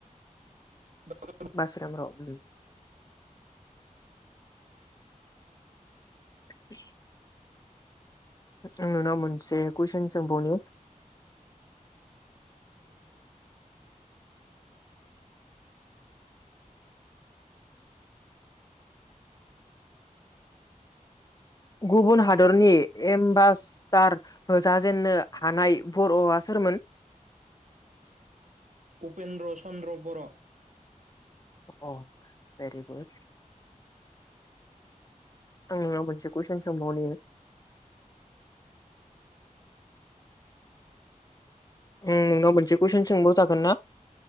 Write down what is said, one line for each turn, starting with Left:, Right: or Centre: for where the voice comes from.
Right: डक्टर
Left: बासिराम बर'। <unintelligible> आं नोंनाव मोनसे कुइसन सोंबावनि। उम गुबुन हादरनि एम्बासडार हो जाजेेननो हानाय बर'आ सोरमोन?
Right: उपेन्द्र चन्द्र बर'।
Left: अ भेरि गुड। आं नोंनाव मोनसे कुइसन सोंबावनि उम नोंनाव मोनसे कुइसन सोंबाव जागोन ना।